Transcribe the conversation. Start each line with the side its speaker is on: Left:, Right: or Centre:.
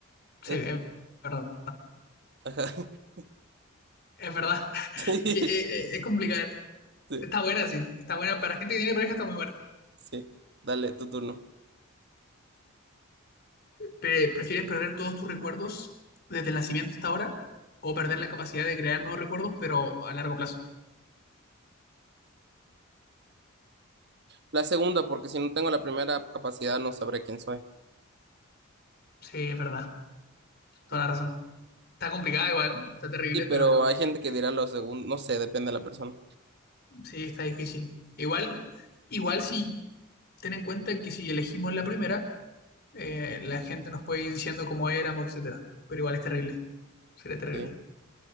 Left: sí,
Right: Eh,
Left: es verdad.
Right: Ajá. <laughs>
Left: Es verdad. <laughs>
Right: Sí,
Left: Es que, eh, eh, es complicada esa.
Right: sí,
Left: Está buena, sí. Está buena. Para gente que tiene pareja está muy buena.
Right: sí. Dale, tu turno.
Left: Pe- ¿Prefieres perder todos tus recuerdos desde el nacimiento hasta ahora? ¿O perder la capacidad de crear nuevos recuerdos, pero a largo plazo?
Right: La segunda, porque si no tengo la primera capacidad no sabré quién soy.
Left: Sí, es verdad. Toda
Right: Mm.
Left: la razón. Está complicada igual, está terrible,
Right: Sí, pero
Left: pero
Right: hay gente que dirá lo segundo, no sé, depende de la persona.
Left: sí, está difícil. Igual, igual si ten en cuenta que si elegimos la primera, eh, la gente nos puede ir diciendo cómo éramos, etcétera. Pero igual es terrible. Sería terrible.
Right: Sí.